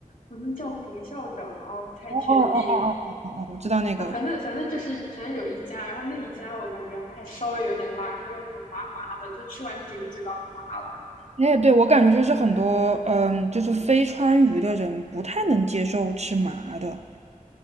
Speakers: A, on the left; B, on the right.
A: 好像叫冯校长嘛，哦我不太确定。
B: 哦哦哦哦哦哦，哦，我知道那个。
A: 啊，反正反正就是反正有一家，然后那一家我感觉还稍微有点辣，然后又那种麻麻的，就吃完整个嘴巴都麻了
B: 哎，对，我感觉就是很多嗯，就是非川渝的人不太能接受吃麻的